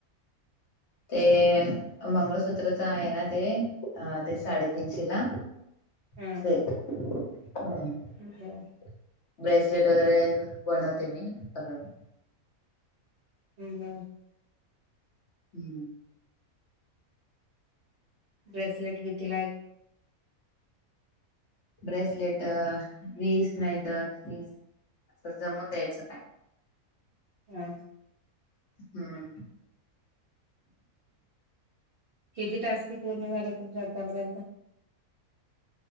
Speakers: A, on the left; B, on the right.
A: ते मंगळसूत्रच आहे ना, ते अ ते साडेतीनशे ला.
B: हा
A: <unintelligible>
B: बर
A: ब्रेसलेट वगैरे बनवते, मी परत
B: हम्म,
A: हम,
B: ब्रेसलेट कितीला एक,
A: ब्रेसलेट वीस नाही, तर तीस अस जमून द्यायचं काय.
B: हम,
A: हम्म,
B: किती टास्क पूर्ण झाले, तुमच्या आतापर्यंत?